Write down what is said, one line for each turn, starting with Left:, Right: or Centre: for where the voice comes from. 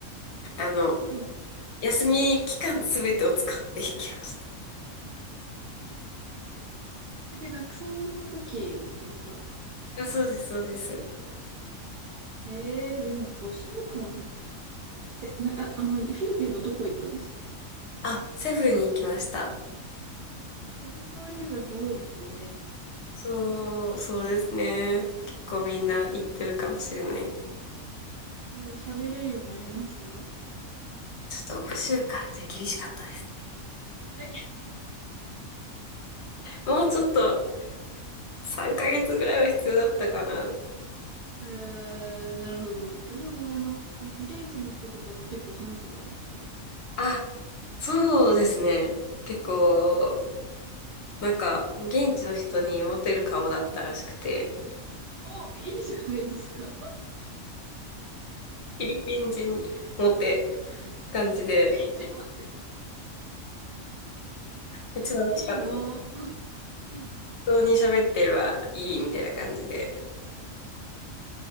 Left: あの、
Right: あ、でも、
Left: 休み期間すべてを使って行きました。
Right: あじゃあ学生の時ですか
Left: あ、そうです、そうです。
Right: ええでも5週間、せ、な、あ、あの、フィリピンのどこ行ったんですか
Left: あ、セブンに行きました。
Right: セブ島留学多いですよね。
Left: そう、そうですね。結構みんな行ってるかもしれない。
Right: えでも喋れるようになりました
Left: ちょっと5週間で厳しかったですね。
Right: え、あき
Left: もうちょっと3ヶ月ぐらいは必要だったかな。
Right: えー、なるほど。えでも、あの、現地の人とかと結構話せたんですか
Left: あ、そうですね。結構、なんか、現地の人にモテる顔だったらしくて、
Right: お、いいじゃないですか。<laughs>
Left: フィリピン人モテ感じで、
Right: フィリピン人もって。
Left: めっちゃ楽しかった。
Right: いいの。いい
Left: 人に喋ってればいいみたいな感じで。